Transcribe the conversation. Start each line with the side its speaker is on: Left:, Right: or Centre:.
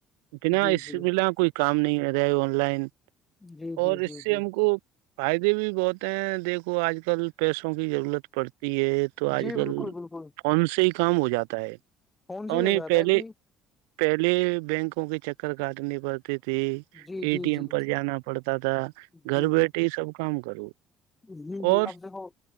Right: بنا
Left: جی
Right: اس
Left: جی
Right: بلا کوئی کام نہیں آ رہا ہے آن لائن
Left: جی جی
Right: اور
Left: جی
Right: اس سے
Left: جی
Right: ہم کو فائدے بھی بہت ہیں دیکھو آج کل پیسوں کی ضرورت پڑتی ہے تو آج
Left: جی
Right: کل
Left: بالکل بالکل
Right: فون سے ہی کام ہو جاتا ہے
Left: فون سے
Right: اوریں
Left: ہی ہو جاتا
Right: پہلے
Left: ہے جی
Right: پہلے بینکوں کے چکر کاٹنی پڑتی تھی
Left: جی
Right: ا
Left: جی
Right: ٹی
Left: جی
Right: ایم پر جانا پڑتا تھا
Left: جی
Right: گھر
Left: جی
Right: بیٹھے سب کام کروں
Left: جی جی
Right: اور
Left: اب دیکھو